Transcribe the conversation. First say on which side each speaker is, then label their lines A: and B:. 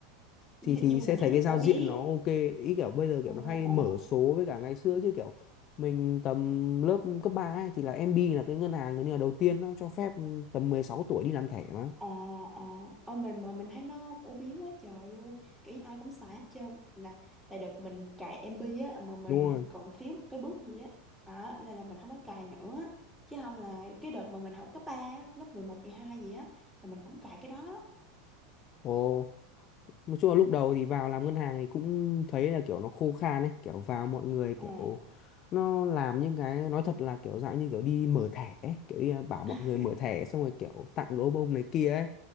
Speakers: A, in the centre; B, on the left (about 35°).
A: nhưng
B: thì thì
A: mà
B: sẽ
A: mình
B: thấy
A: thấy nó
B: cái giao
A: phổ biến
B: diện nó ok ý kiểu bây giờ kiểu
A: ồ
B: nó hay
A: ồ
B: mở số với cả ngày xưa chứ kiểu mình tầm lớp cấp 3 ấy, thì là MB là cái ngân hàng gần như là đầu tiên nó cho phép tầm 16 tuổi đi làm thẻ mà
A: ồ ồ ôi mình mà mình thấy nó phổ biến quá trời luôn kiểu như ai cũng xài hết trơn là là đợt mình cài MB á mà mình
B: đúng rồi
A: còn thiếu một cái bước gì á à, nên là mình không có cài nữa chứ không là cái đợt mà mình học cấp 3 lớp mười một mười hai gì á là mình cũng cài cái đó
B: ồ nói chung là lúc đầu thì vào làm ngân hàng thì cũng thấy là kiểu nó khô khan ấy kiểu vào mọi người kiểu
A: ồ
B: nó làm những cái nói thật là kiểu dạng như kiểu đi mở thẻ ấy. kiểu như là bảo mọi
A: <laughs>
B: người mở thẻ xong rồi kiểu tặng gấu bông này kia ấy